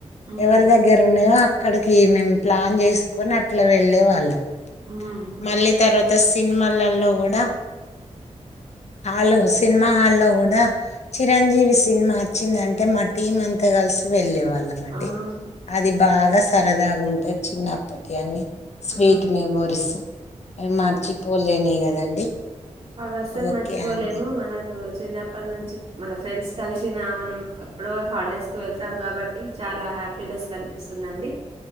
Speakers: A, on the right; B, on the left.
A: హ్మ్.
B: ఎవరి దగ్గర ఉన్నాయో అ అక్కడికి మేము ప్లాన్ చేసుకొని అట్లా వెళ్ళే వాళ్ళం
A: హ్మ్.
B: మళ్ళీ తరువాత సినిమాలలో కూడా హాలు సినిమా హాల్లో కూడా చిరంజీవి సినిమా వచ్చిందంటే మా టీం అంతా కలిసి వెళ్ళే వాళ్ళం వెళ్దామండి
A: అవును.
B: అది బాగా సరదాగా ఉంటాయి చిన్నప్పటి అన్నీ స్వీట్
A: ఆ!
B: మెమోరీస్ మార్చిపోలేనివి కదండి
A: అవి అస్సలు
B: ఓకే
A: మర్చిపోలేము
B: అండి
A: మన చిన్నప్పటి నుంచి మన ఫ్రెండ్స్ కలిసిన మనం ఎప్పుడో హాలిడేస్ కు వెళ్తాం కాబట్టి చాలా హ్యాపీనెస్ కనిపిస్తుందండి